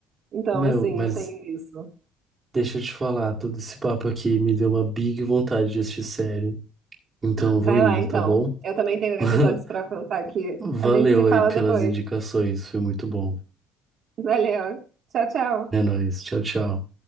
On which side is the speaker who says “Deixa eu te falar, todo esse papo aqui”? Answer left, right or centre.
Right